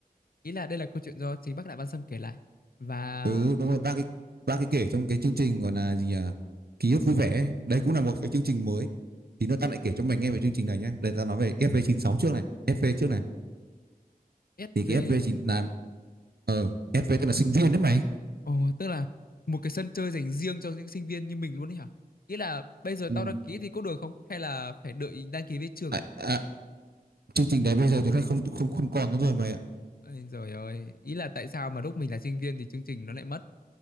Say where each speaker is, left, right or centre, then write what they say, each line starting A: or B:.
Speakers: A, on the left; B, on the right.
A: ý là đây là câu chuyện do chính bác Đại Văn Sâm kể lại và
B: Ừ đúng rồi ba cái ba cái kể trong cái chương trình gọi là gì nhỉ ký ức vui vẻ ấy. Đấy cũng là một cái chương trình mới thì nữa ta lại kể cho mày nghe về chương trình này nhé đây ta nói về ép vê chín sáu trước này FV trước này
A: SV
B: thì cái FV9 là ờ FV tên là sinh viên đấy mày
A: Ồ, tức là một cái sân chơi dành riêng cho những sinh viên như mình luôn ấy hả? Ý là bây giờ
B: Ừ.
A: tao đăng ký thì có được không? Hay là phải đợi đăng ký với trường?
B: à, à, chương trình đấy bây giờ tụi này không không không còn nữa rồi mày ạ
A: Ôi giời ơi, ý là tại sao mà lúc mình là sinh viên thì chương trình nó lại mất?